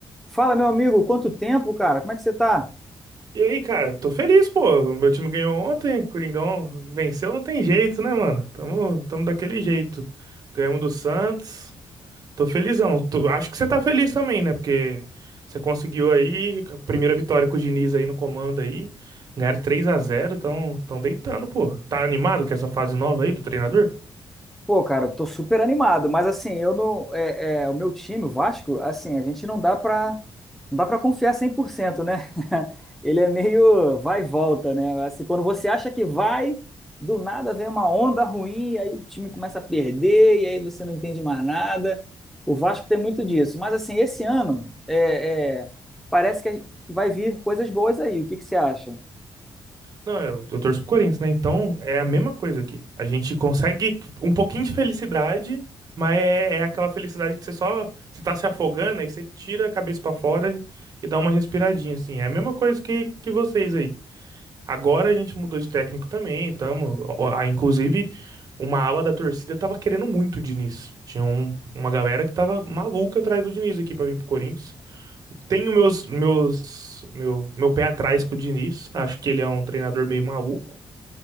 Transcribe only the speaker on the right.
E aí, cara, tô feliz, pô. Meu time ganhou ontem, Coringão venceu, não tem jeito, né, mano? Tamo, tamo daquele jeito. Ganhamos do Santos. Tô felizão. Tu- acho que você tá feliz também, né? Porque você conseguiu aí a primeira vitória com o Diniz aí no comando aí. Ganharam 3 a zero. tão, tão deitando, pô. Tá animado com essa fase nova aí do treinador?
Não, eu, eu torço pro Corinthians, né? Então é a mesma coisa aqui. A gente consegue um pouquinho de felicidade, mas é, é aquela felicidade que você só você tá se afogando aí você tira a cabeça pra fora e dá uma respiradinha, assim. É a mesma coisa que, que vocês aí. Agora a gente mudou de técnico também, tamo. ó, ó, Inclusive, uma ala da torcida tava querendo muito o Diniz. Tinha um- uma galera que tava maluca atrás do Diniz aqui pra vir pro Corinthians. Tenho meus, meus, meu, meu pé atrás com o Diniz. Acho que ele é um treinador meio maluco.